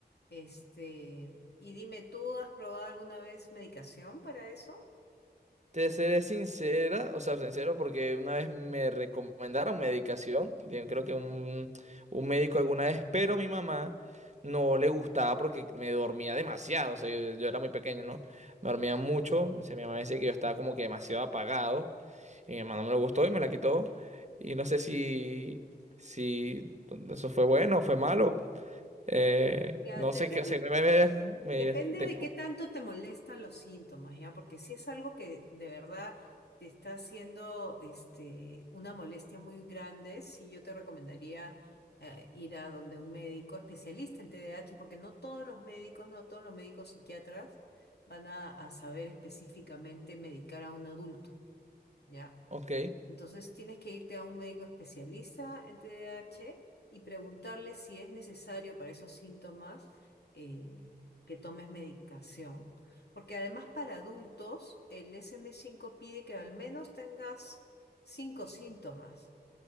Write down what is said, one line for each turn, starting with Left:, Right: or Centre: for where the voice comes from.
Left: Este, y dime, ¿tú has probado alguna vez medicación para eso?
Right: Te seré sincera, o sea, sincero, porque una vez me recomendaron medicación, yo creo
Left: Ujú.
Right: que un, un médico alguna vez, pero mi mamá no le gustaba porque me dormía demasiado, o sea, yo, yo era muy pequeño, ¿no? Me dormía mucho, o sea, mi mamá decía que yo estaba como que demasiado apagado, y mi mamá no me lo gustó y me la quitó, y no sé si, si eso fue bueno o fue malo, eh,
Left: Mira,
Right: no
Left: depende.
Right: sé qué, o sea, me, me, me-
Left: Depende
Right: tenía
Left: de qué tanto te molestan los síntomas, ¿ya? Porque si es algo que de verdad te está haciendo este, una molestia muy grande, sí yo te recomendaría eh, ir a donde un médico especialista en TDAH, porque no todos los médicos, no todos los médicos psiquiatras van a, a saber específicamente medicar a un adulto, ¿ya?
Right: Ok,
Left: Entonces tienes que irte a un médico especialista en TDAH y preguntarle si es necesario para esos síntomas eh, que tomes medicación. Porque además para adultos el DSM-5 pide que al menos tengas cinco síntomas